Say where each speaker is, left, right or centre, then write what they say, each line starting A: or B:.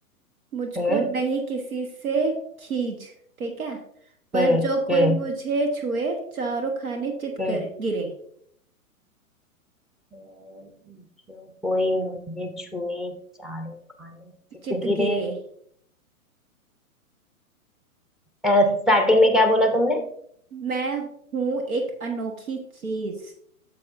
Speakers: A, on the right (about 70°); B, in the centre.
A: मुझको
B: हम्म
A: नहीं किसी से खींच ठीक है पर
B: हम्म
A: जो कोई
B: हम्म
A: मुझे छुए चारों खाने चित
B: हम्म
A: कर गिरे
B: जो कोई मुझे छुए चारों खाने चित
A: चित
B: गिरे
A: गिरे
B: स्टार्टिंग में क्या बोला तुमने
A: मैं हूं एक अनोखी चीज